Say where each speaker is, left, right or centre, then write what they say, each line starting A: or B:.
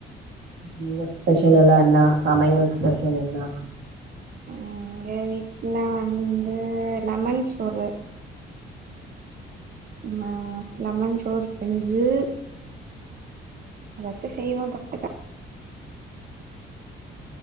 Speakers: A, on the right; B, on the right.
A: இங்க ஸ்பெஷல் எல்லா என்னா சமையல் ஸ்பெஷல் என்னா
B: எங்க வீட்ல வந்து லெமன் சோறு மாத் லெமன் சோறு செஞ்சு அதாச்சு செய்வோ தொட்டுக்க